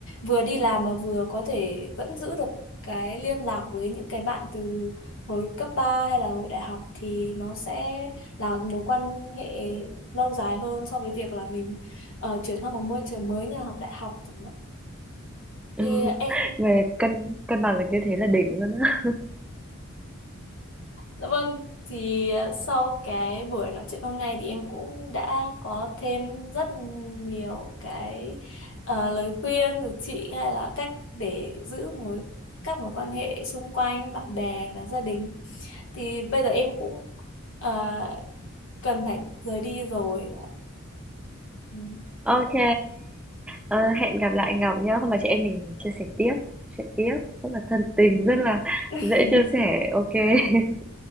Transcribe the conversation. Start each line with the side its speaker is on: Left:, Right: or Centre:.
Left: vừa đi làm mà vừa có thể vẫn giữ được cái liên lạc với những cái bạn từ hồi cấp 3 hay là hồi đại học thì nó sẽ là mối quan hệ lâu dài hơn so với việc là mình ờ, chuyển sang một môi trường mới như là học đại học chẳng hạn
Centre: Ừ.
Left: thì em
Centre: Về cân cân bằng được như thế là đỉnh luôn á.
Left: Dạ vâng, thì ờ, sau cái buổi nói chuyện hôm nay thì em cũng đã có thêm rất nhiều cái ờ, lời khuyên từ chị hay là cách để giữ mối các mối quan hệ xung quanh bạn bè và gia đình. Thì bây giờ em cũng ờ, cần phải rời đi rồi. Ừ.
Centre: Ok. Ờ, hẹn gặp lại Ngọc nhá. Hôm mà chị em mình chia sẻ tiếp, nói chuyện tiếp, rất là thân tình, rất là
Left: <laughs>
Centre: dễ chia sẻ. Ok. <laughs>